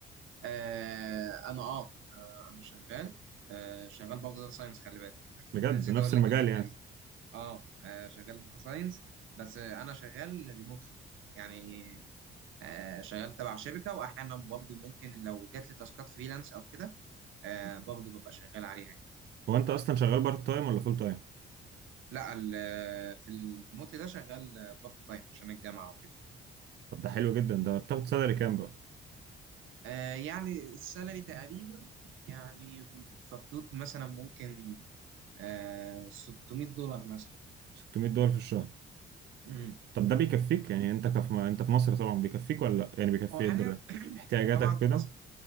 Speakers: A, on the right (about 80°); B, on the right (about 60°).
A: آه انا اه آه، انا شغال آه شغال برضه داتا ساينس خلي بالك <laughs>
B: بجد
A: نسيت
B: نفس
A: اقول
B: المجال
A: لك الحته
B: يعني
A: دي اه آه، شغال داتا ساينس بس آه، انا شغال ريموتلي يعني آه شغال تبع شركه واحيانا برضه ممكن لو جات لي تاسكات فريلانس او كده آه برضه ببقى شغال عليها يعني
B: هو انت اصلا شغال بارت تايم ولا فول تايم
A: لا ال- آه، في الريموتلي ده شغال بارت تايم عشان الجامعه وكده.
B: طب ده حلو جدا ده بتاخد سالري كام بقى
A: آه يعني السالري تقريبا يعني في حدود مثلا ممكن آه 600 دولار مثلا
B: 600 دولار في الشهر
A: امم
B: طب ده بيكفيك يعني انت كف... انت في مصر طبعا بيكفيك ولا لا يعني بيكفي
A: هو حاليا
B: در... احتياجاتك
A: هو طبعا
B: وكده
A: في مصر